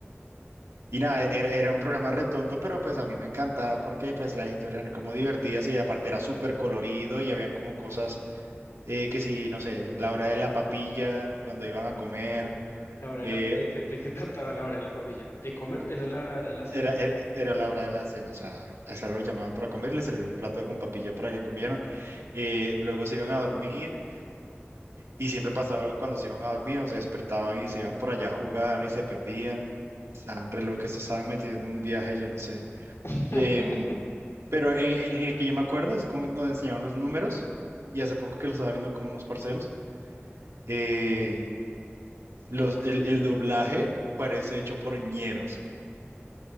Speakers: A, on the right; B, on the left.
A: y nada, e-, era, era un programa re tonto, pero pues a mí me encantaba porque pues las historias eran como divertidas y aparte era súper colorido y habían como cosas eh, que si, no sé, la hora de la papilla, cuando iban a comer.
B: La hora de,
A: eh,
B: la, de, qué, ¿De qué trataba la hora de la papilla? ¿De comer? ¿Era la hora de la cena?
A: Era, era, era la hora de la cena, o sea, a esa hora los llamaban para comer, les servían un plato con papilla para que comieran, eh, luego se iban a dormir y siempre pasaba algo cuando se iban a dormir, o se despertaban y se iban por allá a jugar y se perdían, estaban re locos, se estaban metidos en un viaje, yo no sé.
B: <laughs>
A: Em, pero en, en- en el que yo me acuerdo es cuando nos enseñaban los números y hace poco que lo estaba viendo con unos parceros, eh, los, el, el doblaje parece hecho por ñeros.